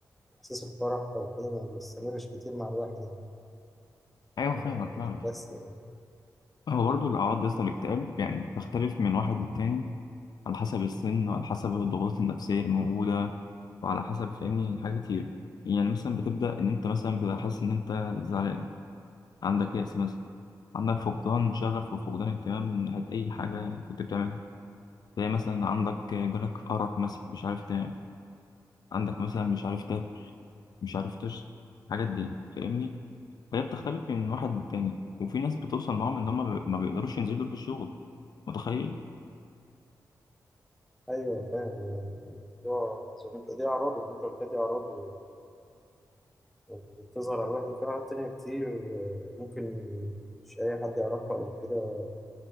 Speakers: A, in the centre; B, on the left (about 60°).
A: إحساس الفرح أو كده ما بيستمرش كتير مع الواحد يعني
B: ايوه
A: ف-
B: فاهمك فاهمك
A: بس يعني.
B: هو برضه الاعراض بس الاكتئاب يعني تختلف من واحد للتاني على حسب السن وعلى حسب الضغوط النفسيه الموجوده وعلى حسب فاهمني حاجات كتير يعني مثلا بتبدا ان انت مثلا بتبقى حاسس ان انت زعلان عندك يأس مثلا عندك فقدان شغف وفقدان اهتمام من ناحيه اي حاجه كنت بتعملها زي مثلا عندك جالك ارق مثلا مش عارف تنام عندك مثلا مش عارف تاكل مش عارف تشرب الحاجات دي فاهمني فهي بتختلف من واحد للتاني وفي ناس بتوصل معاهم ان هم ما ما بيقدروش ينزلوا في الشغل متخيل
A: أيوه فاهم آه، الموضوع زي ما أنت دي أعراضه اللي أنت قلتها دي أعراضه اللي بتظهر على الواحد في حاجات تانية كتير آه، ممكن مش أي حد يعرفها أو كده